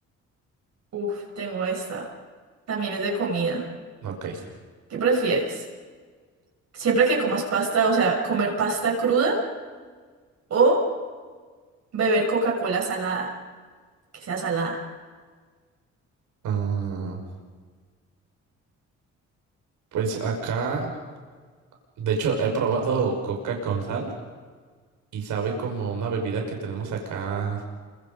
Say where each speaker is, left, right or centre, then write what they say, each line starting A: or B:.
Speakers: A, on the right; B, on the right.
A: Uf, tengo esta. También es de comida.
B: Ok.
A: ¿Qué prefieres? Siempre que comas pasta, o sea, comer pasta cruda o beber Coca-Cola salada, que sea salada.
B: Ah, pues acá, de hecho, he probado coca con sal y sabe como una bebida que tenemos acá,